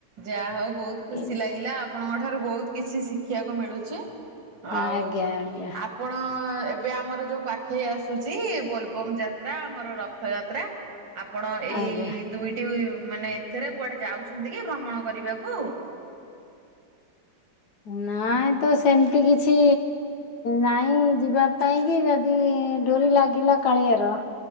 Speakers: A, on the right (about 80°); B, on the left (about 70°).
A: ଯାହା ହଉ ବହୁତ୍ ଖୁସି
B: ଏମତି
A: ଲାଗିଲା। ଆ ଠାରୁ ବହୁତ କିଛି ଶିଖିବାକୁ ମିଳୁଛି ଆଉ
B: ଆଜ୍ଞା ଆଜ୍ଞା
A: ଆପଣ ଏବେ ଆମର ଯୋଉ ପାଖେଇ ଆସୁଚି ବୋଲବମ୍ ଯାତ୍ରା ଆମର ରଥ ଯାତ୍ରା। ଆପଣ ଏଇ
B: ଆଜ୍ଞା।
A: ଦୁଇଟି ମାନେ ଏଥିରେ କୁଆଡେ ଯାଉଛନ୍ତି କି ଭ୍ରମଣ କରିବାକୁ?
B: ନାଆଁ ତ ସେମିତି କିଛି ନାଇଁ ଯିବା ପାଇଁ କି। ଏଡୋରି ଲାଗିଲା କାଳିଆର।